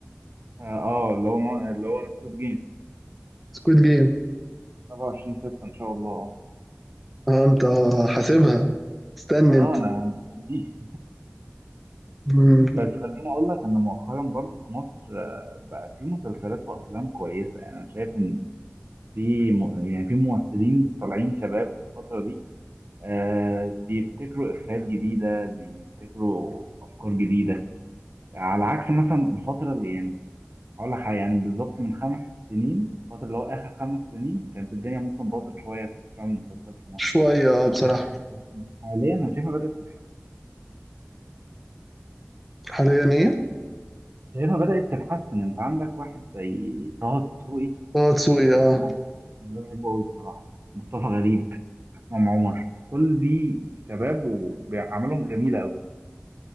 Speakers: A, on the right (about 55°); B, in the centre.
A: اه آه، اللي هو م- اللي هو سكوت جيم
B: سكويد جيم
A: 27 6 ان شاء الله
B: اه انت حاسبها استنى
A: اه
B: انت
A: اه انا مستنيه.
B: مم،
A: بس خليني اقول لك ان مؤخرا برضو في مصر آه، بقى في مسلسلات وافلام كويسه يعني انا شايف ان في م... يعني في ممثلين طالعين شباب الفتره دي آه بيبتكروا افيهات جديده بيبتكروا افكار جديده على عكس مثلا الفتره اللي يعني هقول لك حاجة يعني بالظبط من خمس سنين الفترة اللي هو آخر خمس سنين كانت الدنيا ممكن باظت شوية في الأفلام والمسلسلات في مصر
B: شوية آه،
A: لكن
B: بصراحة
A: لكن حاليا أنا شايفها بدأت تتحسن
B: حاليا ايه؟
A: شايفها بدأت تتحسن أنت عندك واحد زي طه دسوقي
B: اه تسوقي اه
A: أنا أنا بحبه أوي الصراحة مصطفى غريب عصام عمر كل دي الشباب وبيعملهم جميلة أوي